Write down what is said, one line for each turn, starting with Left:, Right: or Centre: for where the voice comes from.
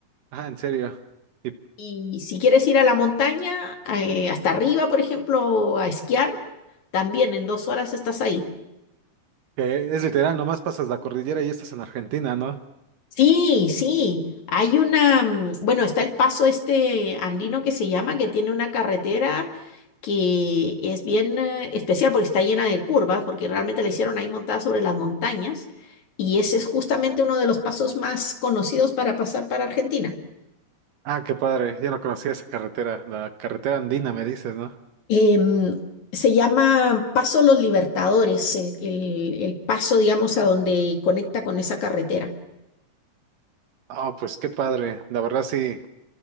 Right: Ah, en serio. Y
Left: Y si quieres ir a la montaña, eh, hasta arriba, por ejemplo, a esquiar, también en dos horas estás ahí.
Right: que es literal, nomás pasas la cordillera y estás en Argentina, ¿no?
Left: Sí, sí. Hay una, mm, bueno, está el paso este andino que se llama, que tiene una carretera que es bien eh, especial porque está llena de curvas, porque realmente la hicieron ahí montada sobre las montañas. Y ese es justamente uno de los pasos más conocidos para pasar para Argentina.
Right: Ah, qué padre. Yo no conocía esa carretera, la carretera andina, me dices, ¿no?
Left: Em, se llama Paso Los Libertadores, el, el el paso, digamos, a donde conecta con esa carretera.
Right: Ah, pues qué padre. La verdad sí.